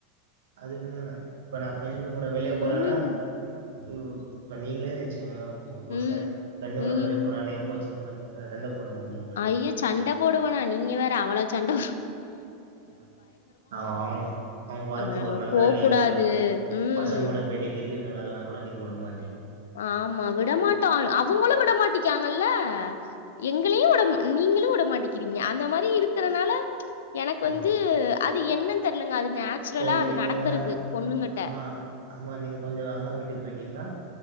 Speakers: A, on the right; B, on the left.
A: அது உண்மேதா இப்ப நா ஃப்ரெண்ட்டுருங்க கூட வெளியே போறேனா
B: ம்
A: <unintelligible> இப்ப நீங்ளே நென்ச்சு <unintelligible> உங்க புருஷ்சே
B: ம்
A: ஃப்ரெண்டுங்க
B: ம்
A: கூட வெளிய போறா நீங்க கோச்சு தூங் மாட்டீங்ளா சண்ட போட மாட்டீங்ளா
B: ஐயோ சண்ட போடுவனா நீங்க வேற அவ்ளோ சண்ட வ
A: ஆ அவு அவுங்க அவுங்க வார்த்துக்கு
B: அ
A: ஒரு நாள்தா
B: போ
A: லீவு
B: கூடாது
A: எதோ
B: ம்
A: பசங்க கூட போய்ட்டு கிரிக்கெட் விளாலானு கூட நீங்க உடோவு மா
B: ஆமா விட மாட்டோ <unintelligible> ஆ வுங்களோ விடமாட்டிக்காங்கல்லே எங்களேயு உட ம் நீங்களும் உடமாட்டிக்கிறீங்க அந்த மாரி இருக்கறனால ச்ச எனக்கு
A: ஆமா
B: வந்து அக் து என்னன் தெர்லங்க அது நேச்சுரலா
A: கொஞ்சோ
B: அது
A: நீங்கெல்லா
B: நடக்கறது பொண்ணுங்கட்ட
A: அம்மா அம்மா நீங்க கொஞ்சோ அம்மா வீட்டுக்கு போயிட்டீங்னா